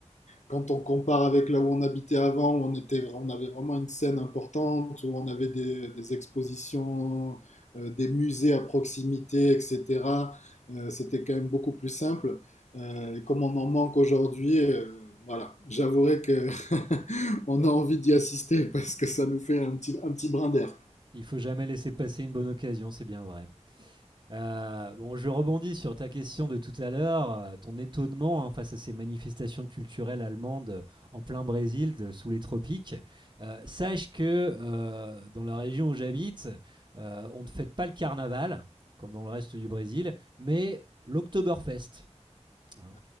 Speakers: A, on the left; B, on the right.
A: quand on compare avec là où on habitait avant, où on, était, on avait vraiment une scène importante, où on avait des, des expositions, euh, des musées à proximité, etc., euh, c'était quand même beaucoup plus simple. Euh, et comme on en manque aujourd'hui, euh, voilà, j'avouerai que <laughs> on a envie d'y assister parce que ça nous fait un petit, un petit brin d'air.
B: Il faut jamais laisser passer une bonne occasion, c'est bien vrai. Euh, bon, je rebondis sur ta question de tout à l'heure, euh, ton étonnement hein, face à ces manifestations culturelles allemandes euh, en plein Brésil, de- sous les tropiques. Euh, sache que euh, dans la région où j'habite, euh, on ne fête pas le carnaval, comme dans le reste du Brésil, mais l'Oktoberfest hein.